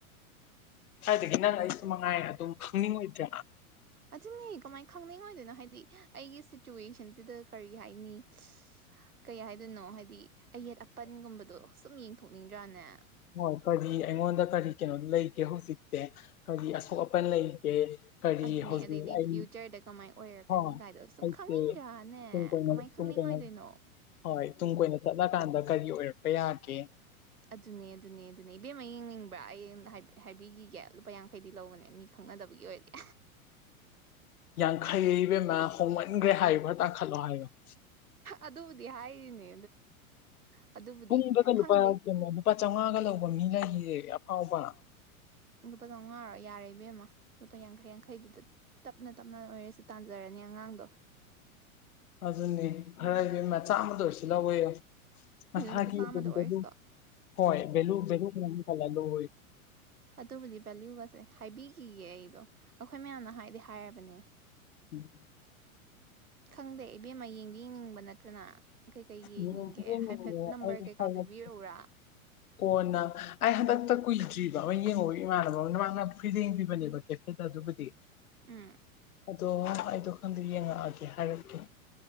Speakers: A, on the left; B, on the right.
A: ꯑꯗꯨꯗꯒꯤ ꯅꯪ ꯑꯩꯁꯨ ꯃꯉꯥꯏꯅ ꯑꯗꯨꯝ ꯈꯪꯅꯤꯡꯉꯣꯏꯗ꯭ꯔꯥ
B: ꯑꯗꯨꯅꯦ ꯀꯃꯥꯏꯅ ꯈꯪꯅꯤꯡꯉ ꯑꯣꯏꯗꯣꯏꯅꯣ ꯍꯥꯏꯗꯤ ꯑꯩꯒꯤ ꯁꯤꯆꯨꯋꯦꯁꯟꯁꯤꯗ ꯀꯔꯤ ꯍꯥꯏꯅꯤ ꯀꯩ ꯍꯥꯏꯗꯣꯏꯅꯣ ꯍꯥꯏꯗꯤ ꯑꯌꯦꯠ ꯑꯄꯟꯒꯨꯝꯕꯗꯣ ꯁꯨꯝ ꯌꯦꯡꯊꯣꯛꯅꯤꯡꯗ꯭ꯔꯥꯅꯦ
A: ꯍꯣꯏ ꯀꯔꯤ ꯑꯩꯉꯣꯟꯗ ꯀꯔꯤ ꯀꯩꯅꯣ ꯂꯩꯒꯦ ꯍꯧꯖꯤꯛꯁꯦ ꯀꯔꯤ ꯑꯁꯣꯛ ꯑꯄꯟ ꯂꯩꯒꯦ ꯀꯔꯤ
B: ꯑꯗꯨꯅꯦ
A: ꯍꯧꯖꯤꯛ
B: ꯑꯗꯩꯗꯤ
A: ꯑꯩ
B: ꯐ꯭ꯌꯨꯆꯔꯗ ꯀꯃꯥꯏꯅ ꯑꯣꯏꯔꯛꯀꯅꯤ
A: ꯍꯣꯏ
B: ꯀꯥꯏꯗꯣ ꯁꯨꯝ
A: ꯑꯩꯁꯦ
B: ꯈꯪꯅꯤꯡꯗ꯭ꯔꯥꯅꯦ
A: ꯇꯨꯡ ꯀꯣꯏꯅ
B: ꯀꯃꯥꯏꯅ ꯈꯪꯅꯤꯡ
A: ꯇꯨꯡ ꯀꯣꯏꯅ
B: ꯑꯣꯏꯗꯣꯏꯅꯣ
A: ꯍꯣꯏ ꯇꯨꯡ ꯀꯣꯏꯅ ꯆꯠꯂ ꯀꯥꯟꯗ ꯀꯔꯤ ꯑꯣꯏꯔꯛꯄ ꯌꯥꯒꯦ
B: ꯑꯗꯨꯅꯦ ꯑꯗꯨꯅꯦ ꯑꯗꯨꯅꯦ ꯏꯕꯦꯝꯃ ꯌꯦꯡꯅꯤꯡꯕ꯭ꯔꯥ ꯑꯩ ꯍꯥꯏꯕꯤꯈꯤꯒꯦ ꯂꯨꯄꯥ ꯌꯥꯡꯈꯩꯗꯤ ꯂꯧꯕꯅꯦ ꯃꯤ ꯈ ꯈꯪꯅꯗꯕꯒꯤ ꯑꯣꯏꯗꯤ
A: ꯌꯥꯡꯈꯩꯕꯦꯝꯃ ꯍꯣꯡꯃꯟꯈ꯭ꯔꯦ ꯍꯥꯏꯨ ꯈꯔꯥ ꯇꯥꯡꯈꯠꯂꯣ ꯍꯥꯏꯌꯣ
B: ꯑꯗꯨꯕꯨꯗꯤ ꯍꯥꯏꯔꯤꯅꯦ ꯑꯗꯨ ꯑꯗꯨꯕꯨꯗꯤ
A: ꯄꯨꯡꯗꯒ
B: ꯈꯪꯗꯦ
A: ꯂꯨꯄꯥ ꯀꯩꯅꯣ ꯂꯨꯄꯥ ꯆꯥꯃꯉꯥꯒ ꯂꯧꯕ ꯃꯤ ꯂꯩꯦ ꯑꯐꯥꯎꯕ
B: ꯂꯨꯄꯥ ꯆꯥꯃꯉꯥꯣ ꯌꯥꯔꯦ ꯏꯕꯦꯝꯃ ꯂꯨꯄꯥ ꯌꯥꯡꯈꯩ ꯌꯥꯡꯈꯩꯗꯨꯗ ꯇꯞꯅ ꯇꯞꯅ ꯑꯣꯏꯔꯁꯨ ꯇꯥꯟꯖꯔꯅꯤ ꯑꯉꯥꯡꯗꯣ
A: ꯑꯗꯨꯅꯦ ꯈꯔ ꯍꯥꯏꯕꯦꯝ ꯃ ꯆꯥꯝꯃꯗ ꯑꯣꯏꯔꯁꯨ ꯂꯧꯋꯣ ꯃꯁꯥꯒꯤ
B: ꯂꯨꯄꯥ ꯆꯥꯝꯃꯗ
A: ꯑꯗꯨꯝ
B: ꯑꯣꯏꯔꯁꯨ
A: ꯚꯦꯂꯨ ꯍꯣꯏ ꯚꯦꯂꯨ ꯚꯦꯂꯨ ꯀꯨꯛ ꯀꯜꯂ ꯂꯧ
B: ꯑꯗꯨꯕꯨꯗꯤ ꯚꯦꯂꯨꯒꯁꯦ ꯍꯥꯏꯕꯤꯈꯤꯒꯦ ꯑꯩꯗꯣ ꯑꯩꯈꯣꯏ ꯃꯌꯥꯝꯅ ꯍꯥꯏꯗꯤ ꯍꯥꯏꯔꯕꯅꯦ
A: ꯎꯝ
B: ꯈꯪꯗꯦ ꯏꯕꯦꯝꯃ ꯌꯦꯡꯕꯤ ꯌꯦꯡꯅꯤꯡꯕ ꯅꯠꯇ꯭ꯔꯅ ꯀꯩꯀꯩ ꯌꯦꯡꯅꯤꯡꯒꯦ
A: ꯌꯦꯡ ꯈꯨꯌꯦꯡ
B: ꯍꯥꯏꯐꯦꯠ
A: ꯌꯦꯡꯉꯣ
B: ꯅꯝꯕꯔ
A: ꯑꯩ
B: ꯀꯩꯀꯥ
A: ꯍꯥꯏꯔꯛꯀꯦ
B: ꯄꯤꯕꯤꯔꯛꯎꯔꯥ
A: ꯀꯣꯟꯅ ꯑꯩ ꯍꯟꯗꯛꯇ ꯀꯨꯏꯗ꯭ꯔꯤꯕ ꯑꯩ ꯌꯦꯡꯉꯧ ꯏꯃꯥꯟꯅꯕ ꯑꯃ ꯅ ꯃꯥꯅ ꯐꯨꯔꯤ ꯌꯦꯡꯕꯤꯕꯅꯦꯕ ꯀꯦꯐꯦꯗ ꯑꯗꯨꯕꯨꯗꯤ
B: ꯎꯝ
A: ꯑꯗꯣ ꯑꯩꯗꯣ ꯈꯪꯗꯦ ꯌꯦꯡꯉꯛꯑꯒꯦ ꯍꯥꯏꯔꯛꯀꯦ